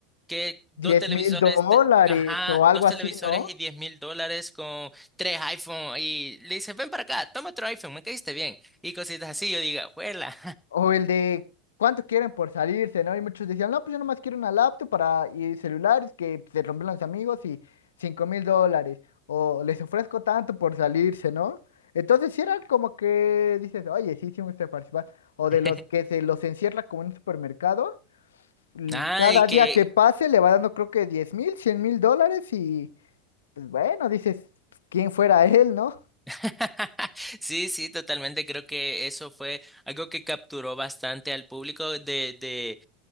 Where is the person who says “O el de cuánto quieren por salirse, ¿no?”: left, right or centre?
Left